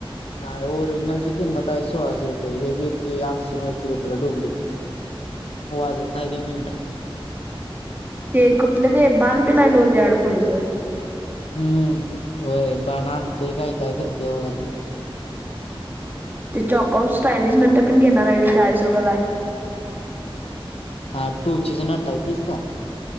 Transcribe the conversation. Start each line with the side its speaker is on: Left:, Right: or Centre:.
Left: नाही ओरिजनलची किंमत आहे सोळाशे रुपये ह्यो देतोय आठशे नऊशे रुपयाला डुप्लिकेट. वाजत नाही त्यो मिंडा.
Right: ते कुठले ते बाण पण हाई नव तेझ्याकड पुढच.
Left: हम्म होय बाण आणतेय काय काय करते बाबा लय.
Right: ते चॉकउ स्टायलिश म पण घेणार आहे मी साारसोबला
Left: हा टूचिचा नट हाय तेच का?